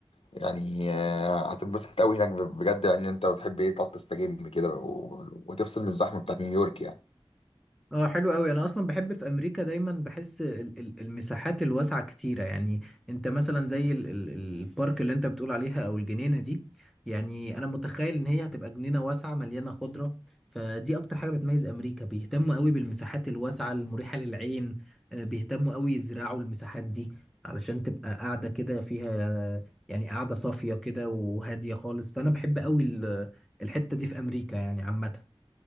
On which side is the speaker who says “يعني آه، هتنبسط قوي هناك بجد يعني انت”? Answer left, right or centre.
Left